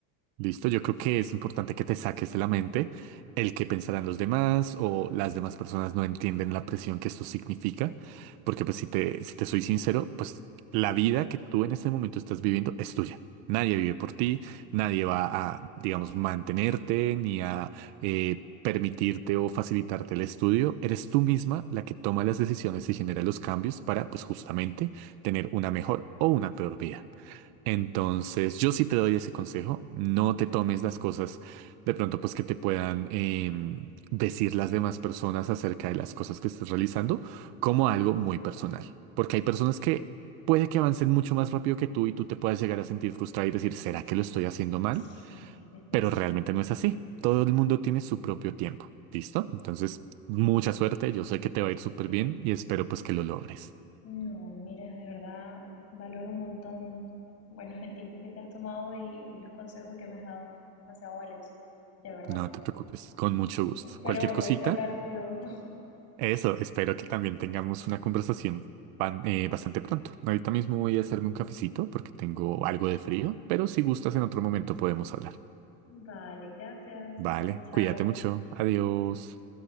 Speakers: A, on the right; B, on the left.
A: Listo, yo creo que es importante que te saques de la mente el que pensarán los demás o las demás personas no entienden la presión que esto significa, porque pues si te, si te soy sincero, pues la vida que tú en este momento estás viviendo es tuya. Nadie vive por ti, nadie va a, digamos, mantenerte ni a eh, permitirte o facilitarte el estudio. Eres tú misma la que toma las decisiones y genera los cambios para, pues justamente, tener una mejor o una peor vida. Entonces, yo sí te doy ese consejo, no te tomes las cosas de pronto pues que te puedan em, decir las demás personas acerca de las cosas que estés realizando como algo muy personal, porque hay personas que puede que avancen mucho más rápido que tú y tú te puedas llegar a sentir frustrada y decir, ¿será que lo estoy haciendo mal?
B: Sí, definitivamente.
A: Pero realmente no es así, todo el mundo tiene su propio tiempo, ¿listo? Entonces, mucha suerte, yo sé que te va a ir súper
B: Eh,
A: bien y espero pues que lo logres.
B: No, mira, de verdad valoro un montón, bueno, el tiempo que te has tomado y, y los consejos que me has dado son demasiado valiosos, de verdad.
A: No te preocupes, con mucho gusto.
B: Espero
A: Cualquier
B: volverte
A: cosita.
B: a hablar pronto. <laughs>
A: Eso, espero que también tengamos una conversación pan- eh, bastante pronto. Ahorita mismo voy a hacerme un cafecito porque tengo algo de frío, pero si gustas en otro momento podemos hablar.
B: Vale, gracias.
A: Vale,
B: Chao, chao.
A: cuídate mucho. Adiós.